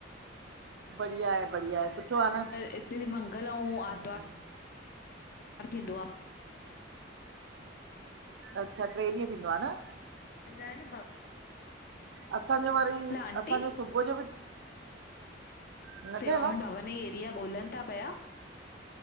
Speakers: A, on the right; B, on the left.
A: बढ़िया आए बढ़िया आए सुठो आहे न।
B: पर हिते मंगल आऊं
A: हम्म
B: आरतवारु थींदो आ।
A: अच्छा ट्रे ॾींह थींदो आ न।
B: अञा आए न भ
A: असांजो वरी
B: आंटी
A: असांजो सुबुह जो बि न
B: सेवामंडल
A: ठहियल आ?
B: भवन जी एरिया ॻोल्हनि ता पिया